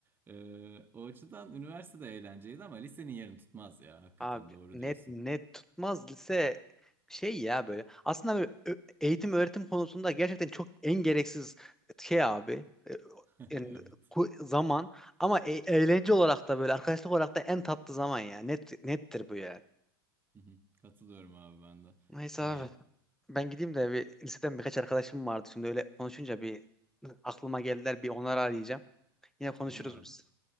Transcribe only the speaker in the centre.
Abi
net
net tutmaz lise şey ya böyle. Aslında böyle ö- eğitim öğretim konusunda gerçekten çok en gereksiz şey abi. E,
Yani
ku- zaman ama e- eğlence olarak da böyle arkadaşlık olarak da en tatlı zaman ya. Net nettir bu yani.
Neyse
abi. Ben gideyim de bir liseden birkaç arkadaşım vardı. Şimdi öyle konuşunca bir aklıma geldiler. Bir onları arayacağım. Yine konuşuruz
biz.